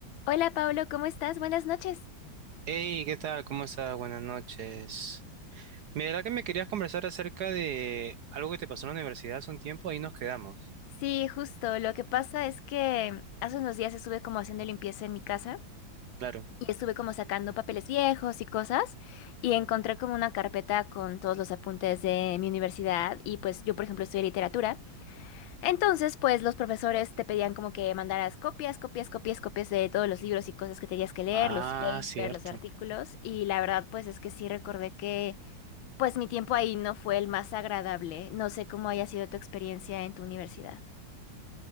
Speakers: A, on the left; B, on the right.
A: Hola Pablo, ¿cómo estás? Buenas noches.
B: Hey, ¿qué tal? ¿Cómo estás? Buenas noches. Mira que me querías conversar acerca de algo que te pasó en la universidad hace un tiempo, ahí nos quedamos.
A: Sí, justo. Lo que pasa es que hace unos días estuve como haciendo limpieza en mi casa
B: Claro.
A: y estuve como sacando papeles viejos y cosas y encontré como una carpeta con todos los apuntes de mi universidad y pues yo por ejemplo estudié literatura. Entonces pues los profesores te pedían como que mandaras copias, copias, copias, copias de todos los libros y cosas que tenías que leer,
B: Ah,
A: los papers,
B: cierto.
A: los artículos y la verdad pues es que sí recordé que... Pues mi tiempo ahí no fue el más agradable. No sé cómo haya sido tu experiencia en tu universidad.